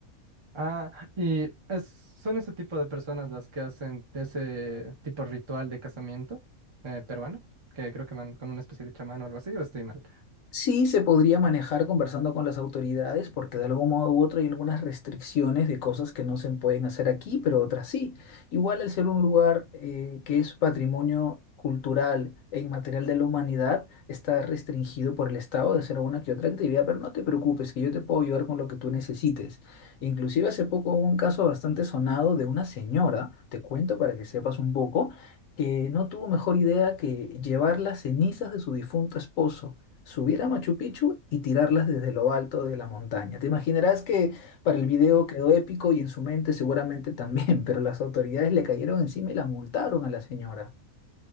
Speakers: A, on the right; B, on the left.
A: Ah, y es- son ese tipo de personas las que hacen ese tipo de ritual de casamiento eh, peruano, que creo que van con una especie de chamán o algo así, o estoy mal.
B: Sí, se podría manejar conversando con las autoridades porque de algún modo u otro hay algunas restricciones de cosas que no se pueden hacer aquí, pero otras sí. Igual al ser un lugar eh, que es patrimonio cultural e inmaterial de la humanidad, está restringido por el Estado de hacer alguna que otra actividad, pero no te preocupes, que yo te puedo ayudar con lo que tú necesites. Inclusive hace poco hubo un caso bastante sonado de una señora, te cuento para que sepas un poco, que no tuvo mejor idea que llevar las cenizas de su difunto esposo subir a Machu Picchu y tirarlas desde lo alto de la montaña. Te imaginarás que para el video
A: Mm,
B: quedó épico y en su mente seguramente también, <laughs> pero las autoridades le cayeron encima y la multaron a la señora.